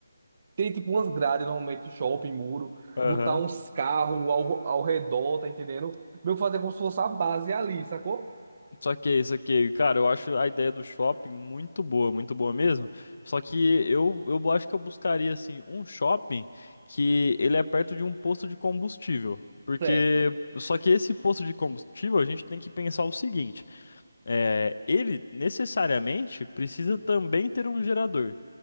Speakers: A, on the right; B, on the left.
A: tem tipo umas grades normalmente de shopping, muro,
B: Aham.
A: botar uns carros ao, ao redor, tá entendendo? Meio que fazer como se fosse a base ali, sacou?
B: Só que, é isso aqui, cara, eu acho a ideia do shopping muito boa, muito boa mesmo. Só que eu, eu acho que eu buscaria, assim, um shopping que ele é perto de um posto de combustível. Porque,
A: Certo.
B: só que esse posto de combustível, a gente tem que pensar o seguinte: é, ele necessariamente precisa também ter um gerador.